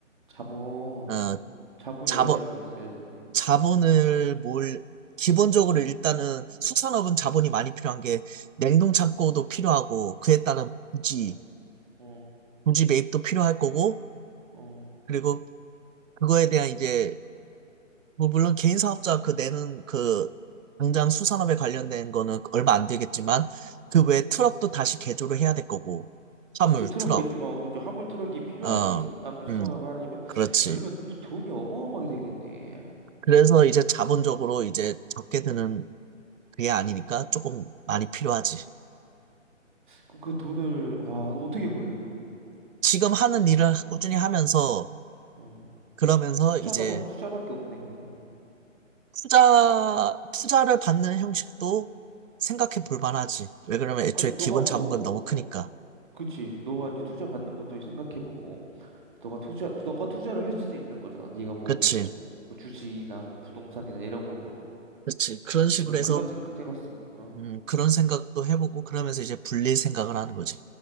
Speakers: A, on the right; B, on the right.
A: 자본,
B: 어,
A: 자본이
B: 자본,
A: 얼마 정도 있어야 되는데?
B: 자본을 뭘, 기본적으로 일단은 수산업은 자본이 많이 필요한 게 냉동 창고도 필요하고 그에 따른 부지,
A: 어, 어,
B: 부지 매입도 필요할 거고
A: 어.
B: 그리고 그거에 대한 이제 뭐 물론 개인 사업자 그 내는 그 당장 수산업에 관련된 거는 얼마 안 들겠지만 그 외에 트럭도 다시 개조를 해야 될 거고 화물,
A: 그치, 트럭
B: 트럭,
A: 개조, 어, 그죠. 화물 트럭이 필요하겠지?
B: 어,
A: 아무리 수산업을
B: 음,
A: 하려면?
B: 그렇지.
A: 그러면 돈이 어마어마하게 되겠네.
B: 그래서 이제 자본적으로 이제 적게 드는
A: 음.
B: 그게 아니니까 조금 많이 필요하지.
A: 그럼 그 돈을, 와, 어떻게 벌려고?
B: 지금 하는 일을 꾸준히 하면서
A: 어.
B: 그러면서
A: 투자나
B: 이제
A: 막, 투자밖에 없네, 그러면.
B: 투자 투자를 받는 형식도 생각해
A: 음.
B: 볼 만하지. 왜 그러면 애초에
A: 아니,
B: 기본
A: 너가
B: 자본금이
A: 뭐,
B: 너무 크니까.
A: 그치. 너가 이제 투자 받는 것도 생각해보고, 너가 투자, 너가 투자를 할 수도 있는 거잖아. 네가 모은
B: 그렇지.
A: 돈을. 뭐 주식이나 뭐 부동산이나 이런 걸로.
B: 그렇지. 그런 식으로
A: 그래서
B: 해서
A: 그런 생각도 해봤어? 어.
B: 음, 그런 생각도 해보고 그러면서 이제 불릴 생각을 하는 거지.